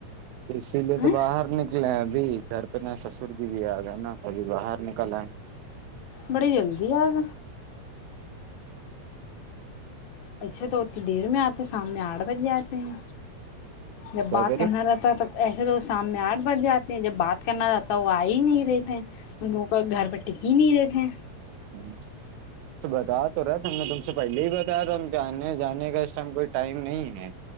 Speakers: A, on the right; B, on the left.
A: اسی لیے
B: ا
A: تو باہر نکلے ہیں ابھی گھر پہ نا سسور د دیا آگا نا کبھی باہر نکل آ ہے
B: بڑی جلدی آگ اچھا تو اتنی دیر میں آتے شام میں آٹھ بج جاتے ہیں جب
A: کیا
B: بات
A: کرے
B: کرنا رہتا ہے تب ایے تو وہ شام میں آٹھ بج جاتے ہیں جب بات کہناات تو واہ نہیں رہے <inaudible> ان لووں کا گھر پہ ٹک ہی نہیں رہتے ہاں
A: ا <inaudible> <unintelligible> پہلے ہی بتا رہ تھاوں جاننے جانے کا اس ٹائم کوئی ٹائم نہیں ہے